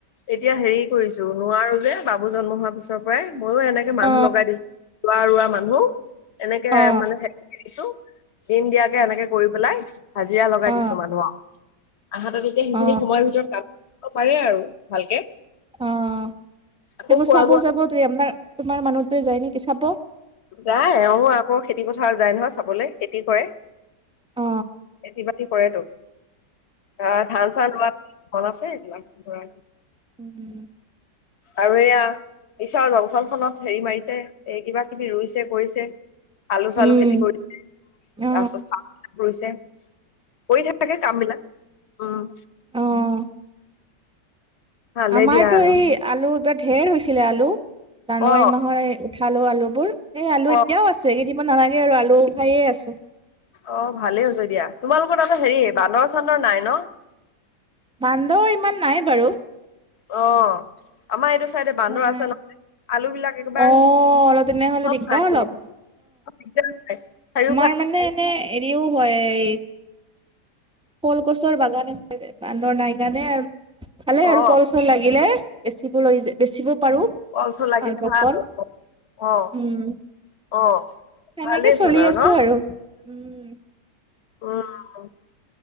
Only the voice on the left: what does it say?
এতিয়া হেৰি কৰিছো, নোৱাৰো যে বাবু জন্ম হোৱাৰ পিছৰ পৰাই মইও এনেকে মানুহ
লগাই দিছো, লৰা ৰোৱা মানুহ এনেকে
মানে ছো দিন দিয়াকে এনেকে কৰি পেলাই, হাজিৰা লগাই
দিছো মানুহ আও। আহা তনিকে সেইখিনি
সময়ৰ ভিতৰত কাম কৰিব পাৰে আৰু ভালকে।
আকৌ খোৱা
বোৱা
যায় এওঁ আকৌ খেতি পথাৰ যায় নহয় চাবলে, খেতি কৰে।
খেতি বাতি কৰেটো আহ ধান চান লোৱা মন আছে এই বিলাক কৰাৰ।
আৰু এইয়া ঈশ্বৰৰ জংখল খনত হেৰি মাৰিছে এই কিবা কিবি ৰুইছে কৰিছে আলু চালু
খেতি কৰিছে,
তাৰপিছত <unintelligible> কৰিছে কৰি থাকে কাম বিলাক উম
ভালেই
দিয়া আৰু
অ
অ
অ! ভালেই হৈছে দিয়া, তোমালোকৰ তাতে হেৰি
বান্দৰ চান্দৰ নাই ন'?
অ'! আমাৰ এইটো চাইডে বান্দৰ
আছে নহয়। আলু বিলাক একেবাৰ
চব
খায়
নিয়ে। <unintelligible>
অ
কল চল লাগিলে
ভাল।
অ'!
অ'!
ভালেই
চোন আৰু
ন?
উম!